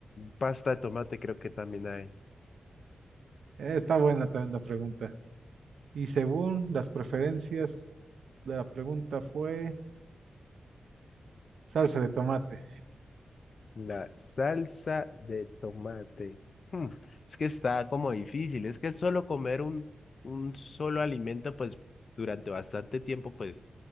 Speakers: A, on the left; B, on the right.
A: pasta de tomate creo que también hay.
B: Eh, está buena también la pregunta. Y según las preferencias de la pregunta fue... Salsa de tomate.
A: La salsa de tomate. Hmm, Es que está como difícil, es que solo comer un, un solo alimento, pues durante bastante tiempo, pues.